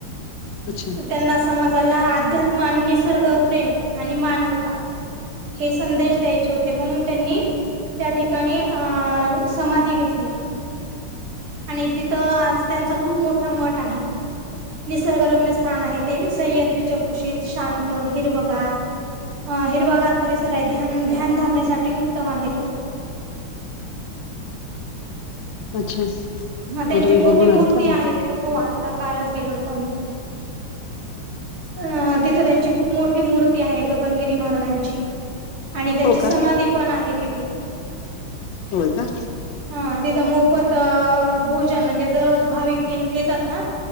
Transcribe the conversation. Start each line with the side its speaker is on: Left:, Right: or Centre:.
Left: अच्छा
Right: त्यांना समाजाला अध्यात्म आणि निसर्ग प्रेम आणि मानवता. हे संदेश द्यायचे होते म्हणून त्यांनी त्या ठिकाणी अ समाधी घेतली. आणि तिथं आज त्यांचा खूप मोठा मठ आहे. निसर्गरम्य स्थान आहे ते सह्याद्रीच्या कुशीत शांत हिरवगार. ह हिरवागार परिसर आहे ध्यान ध्यान धारनेसाठी उत्तम आहे तो.
Left: अच्छा.
Right: ह त्यांची
Left: मग तुम्ही
Right: मोठी
Left: बघून
Right: मूर्ती
Left: आलात का ते
Right: आहे तिथे हो आत्ता कालच गेलो होतो आम्ही. अ तिथं त्यांची खूप मोठी मूर्ती आहे गगनगिरी महाराजांची आणि त्यांची
Left: हो
Right: समाधी
Left: का
Right: पण आहे तिथे.
Left: होय का?
Right: हा तिथं मोफत भोजन म्हणजे दररोज भाविक येतात ना?